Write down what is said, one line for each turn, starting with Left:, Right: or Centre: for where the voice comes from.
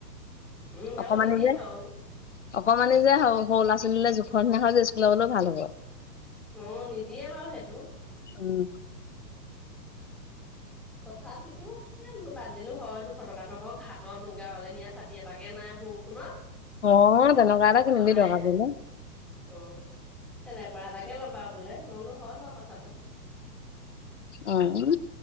Centre: উম আৰু
Left: অকমানি
Centre: নিদিয়ে
Left: যে।
Centre: বাৰু
Left: অকমানি যে সৰু-সৰু ল'ৰা ছোৱালীলৈ জোখৰ যে <unintelligible> স্কুললেও ভাল হ'ব।
Centre: অ', নিদিয়ে বাৰু সেইটো।
Left: উম।
Centre: তথাপিতো, এ বোলো বাদ দিলোঁ হয় দুখ ফটকাটোক হাতত গাওঁলে নিয়া ছাতি এটাকে নাই বৰষুণত।
Left: অ', আকৌ তেনেকুৱা এটা কিনিবি
Centre: অ নাই
Left: দৰকাৰ
Centre: নাই
Left: পৰিলে।
Centre: অ', তেনেকুৱা এটাকে ল'বা বোলে। মই বোলো হয় বাৰু কথাটো।
Left: উম।